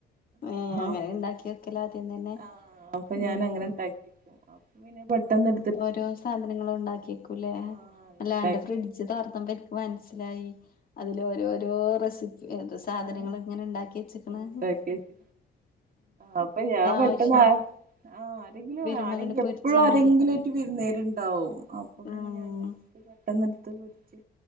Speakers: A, on the left; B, on the right.
A: ഏ അങ്ങനെ
B: അപ്പൊ
A: ഇണ്ടാക്കി
B: ഞാൻ
A: വെക്കല ആദ്യം തന്നെ
B: ആഹ് അപ്പൊ ഞാൻ
A: ഉം.
B: അങ്ങനെ ഉണ്ടാക്കി അപ്പൊ പിന്നെ പെട്ടെന്ന്ട്
A: ഓരോ സാധനങ്ങളും ഇണ്ടാക്കിക്കൂലെ
B: ആഹ് അങ്ങനെ
A: അല്ല
B: ഉണ്ടാക്കി
A: അന്റെ ഫ്രിഡ്ജ് തൊർന്നുപ്പം ഇൻ പ്പം മൻസിലായി അതിൽ ഓരോരോ റെസിപ്പി സാധനങ്ങൾ
B: ആഹ്
A: ഇങ്ങനെ ഇണ്ടാക്കി വെച്ച്കണ്.
B: ഉണ്ടാക്കിച്ച് അപ്പൊ ഞാൻ പെട്ടെന്ന്
A: ആവശ്യം
B: ആ ആരെങ്കിലും
A: വരുമ്പോ
B: ആരെങ്കിലും
A: അങ്ങട് പൊരിച്ചാ
B: എപ്പോഴും ആരെ
A: മതിയല്ലേ
B: എങ്ങനായിറ്റും വിരുന്നേരുണ്ടാവും. അപ്പൊ പിന്നെ
A: ഉം
B: ഞാൻ പെട്ടെന്ന്ടുത്ത് പൊരിച്ച്.